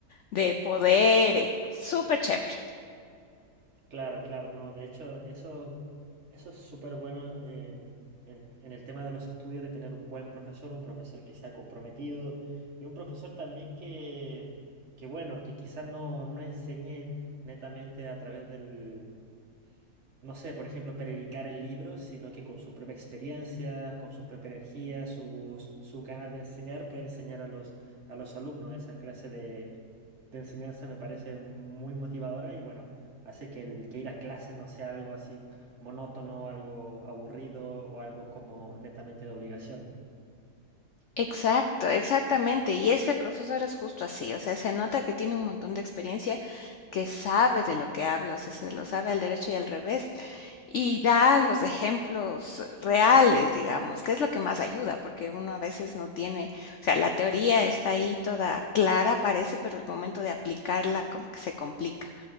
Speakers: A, on the left; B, on the right.
A: de poder, y súper chévere.
B: claro, claro, no. De hecho, eso, eso es súper bueno em, en, en el tema de los estudios, de tener un buen profesor, un profesor que sea comprometido y un profesor también que, que bueno, que quizás no, no enseñe netamente a través del, no sé, por ejemplo, predicar el libro, sino que con su propia experiencia, con su propia energía, sus, sus ganas de enseñar, puede enseñar a los, a los alumnos. Esa clase de, de enseñanza me parece muy motivadora y bueno, hace que el que ir a clase no sea algo así monótono, algo aburrido o algo como netamente de obligación.
A: Exacto, exactamente. Y ese profesor es justo así, o sea, se nota que tiene un montón de experiencia, que sabe de lo que habla, o sea, se lo sabe al derecho y al revés, y da los ejemplos eh, reales, digamos, que es lo que más ayuda, porque uno a veces no tiene, o sea, la teoría está ahí toda clara, parece, pero el momento de aplicarla como que se complica